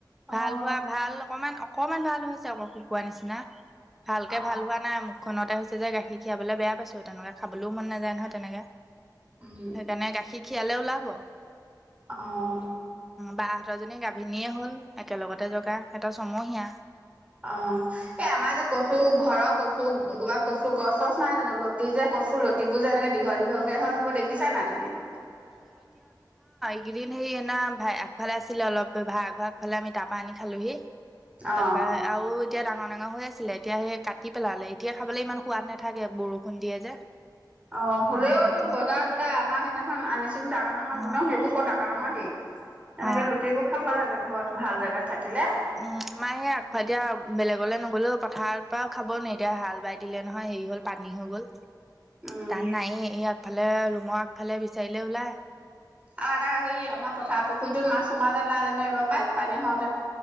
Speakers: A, on the right; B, in the centre.
A: অ
B: ভাল হোৱা ভাল অকমান, অকমান ভাল হৈছে আকৌ শুকোৱা নিচিনা ভালকে
A: অ
B: ভাল হোৱা নাই মোক খতে হৈছে যে গাখীৰ খীৰাবলৈ বেয়া পাইছো তেনেকে খাবলৈও মন নাযায় নহয় তেনেকে
A: উম
B: সেইকাৰণে গাখীৰ খীৰালে ওলাব
A: আহ
B: বাহঁতৰ জনী গাভিনীয়ে হল একেলগতে জগা সিহঁতৰ চমুহিয়া
A: অ', এই আমাৰ যে কচু ঘৰৰ কচু কবাত কচু গছ গছ নাই জানো লতি যে কছো লতিবোৰ যে এনেকে দীঘল দীঘলকে হয়েই সেই বোৰ দেখিছা নাই তুমি
B: এই কেইদিন সৰি এনা আগফালে আছিলে অলপ ভৰাঘৰ আগফালে আমি তাৰপৰা আনি খালোহি
A: অ',
B: তাৰাপ আৰু এতিয়া ডাঙৰ, ডাঙৰ হৈ আছিলে এতিয়া সেই কাটি পেলালে এতিয়া খাবলৈ ইমান সোৱাদ নাথাকে বৰষুণ দিয়ে যে
A: অ', হ'লেও
B: উম
A: এই
B: এতিয়া
A: তটো বজাৰত ওলাই আমাৰ সেইদিনাখন আনিছিলো ডাঙৰ, ডাঙৰ
B: অ
A: মদম সেইবোৰ কৌ ডাঙৰ, ডাঙৰ হেৰি তেনেকে
B: অ
A: লৰুটিবোৰ খাব লাগে ঘৰত ভাল জোগাত থাকিলে
B: উম, আমাৰ সেই আগফাল দিয়া বেলেগলে নগলেও পথাৰৰ পৰাও খাব নি এতিয়া হাল বাই দিলে নহয় হেৰি হ'ল পানী হৈ গ'ল
A: উম,
B: তান নাই এই আগফালে ৰুমৰ আগফালে বিচাৰিলে ওলায়
A: আৰু এটা হেৰি আমাৰ পথাৰ পুখুৰীতটোত মাছ সোমালে নাই জানো এইবাৰ পাই পানী হত